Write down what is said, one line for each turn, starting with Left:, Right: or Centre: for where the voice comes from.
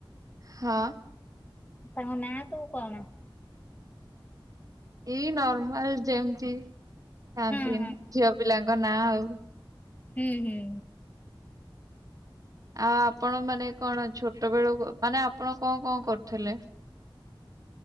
Right: ହଁ।
Left: ତାଙ୍କ ନାଁ ସବୁ କଣ?
Right: ଏଇ ନର୍ମାଲ ଯେମିତି ଥାଆନ୍ତି
Left: ହଁ ହଁ
Right: ଝିଅ ପିଲାଙ୍କ ନାଁ ଆଉ।
Left: ହୁଁ ହୁଁ।
Right: ଆଉ ଆପଣ ମାନେ କଣ ଛୋଟ ବେଳୁ କ ମାନେ ଆପଣ କଣ କଣ କରୁଥିଲେ?